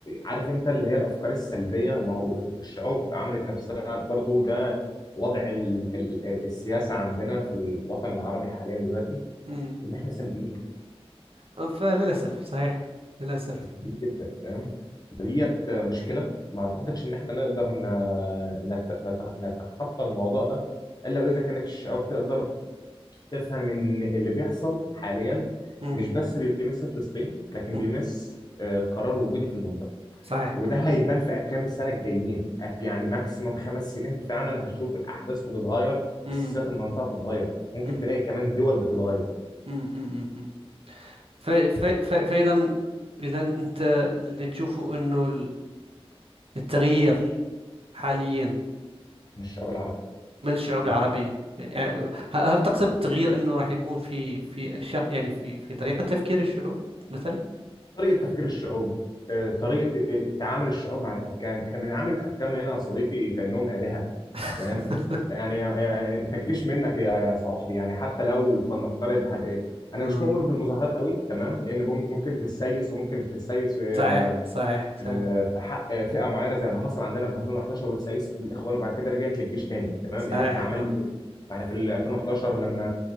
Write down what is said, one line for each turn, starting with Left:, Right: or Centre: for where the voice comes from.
Left: عارف انت اللي هي الافكار السلبيه ما هو الشعوب عملت نفسها برضو ده وضع ال- ال- ال- السياسه عندنا في الوطن العربي حاليا دلوقتي
Right: مم.
Left: ان احنا سلبيين
Right: آه، فللأسف صحيح للأسف
Left: مفسدين
Right: لا.
Left: جدا فاهم فديت مشكله ما اعتقدش
Right: مم.
Left: ان احنا نقدر ن- نت- نت- نتخطى الموضوع ده الا اذا كانت الشعوب تقدر تفهم ان اللي بيحصل حاليا
Right: مم.
Left: مش بس بيمس فلسطين لكن
Right: مم.
Left: بيمس آه، قرار وجودي في المنطقه
Right: صحيح
Left: وده هيبان في كام سنه الجايين يعني ماكسيمم خمس سنين فعلا هتشوف الاحداث بتتغير
Right: مم.
Left: وسياسات المنطقه بتتغير ممكن
Right: مم.
Left: تلاقي كمان دول بتتغير
Right: مم. مم. مم. ف... ف... ف... فإذا إذا أنت اللي تشوفه أنه التغيير حاليا
Left: من الشعوب
Right: من الشعوب
Left: العربيه
Right: العربية يعني هل هل تقصد التغيير أنه راح يكون في في الشغ... يعني في في طريقة تفكير الشعوب مثلا؟
Left: طريقة تفكير الشعوب آه، طريقة آه، تعامل الشعوب مع الحكام احنا بنعامل الحكام هنا يا صديقي كأنهم آلهة
Right: <laughs>
Left: تمام يعني يعني انت الجيش منك يا يا صاحبي يعني حتى لو فلنفترض هت... آه، انا
Right: مم.
Left: مش مؤمن بالمظاهرات قوي تمام لان مم- ممكن تتسيس وممكن تتسيس آه،
Right: صحيح صحيح صحيح
Left: آه، في حق فئه معينه زي ما حصل عندنا في 2011 والتسيست الاخوان وبعد كده رجعت للجيش تاني تمام
Right: صحيح
Left: يعني احنا عملنا
Right: آه.
Left: ايه؟ احنا في ال 2011 لما